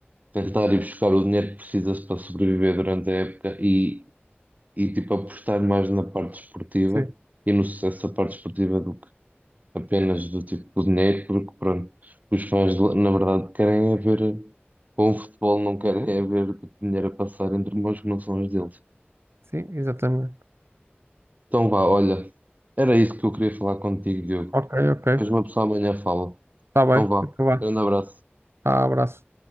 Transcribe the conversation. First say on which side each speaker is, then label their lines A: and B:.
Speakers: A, on the right; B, on the right.
A: tentar ir buscar o dinheiro que precisa-se para sobreviver durante a época e, e tipo, apostar mais na parte esportiva
B: Sim,
A: e no sucesso da parte esportiva do que apenas do tipo do dinheiro, porque pronto, os fãs, na verdade, querem é ver bom futebol, não querem é ver tipo, dinheiro a passar entre mãos que não são as deles.
B: sim, exatamente.
A: Então vá, olha, era isso que eu queria falar contigo, Diogo.
B: Ok, ok.
A: Depois uma pessoa amanhã fala.
B: Está bem,
A: Então vá,
B: então vá.
A: grande abraço.
B: Ah, abraço.